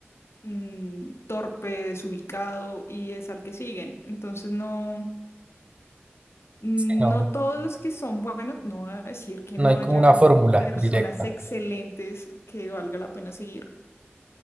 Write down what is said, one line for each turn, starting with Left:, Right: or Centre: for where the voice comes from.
Left: mm, torpe, desubicado y es al que siguen. Entonces no, no
Right: sí, no,
Left: todos los que son buenos, no voy a decir que
Right: no
Left: no
Right: hay como
Left: hayan
Right: una fórmula
Left: personas
Right: directa.
Left: excelentes que valga la pena seguir,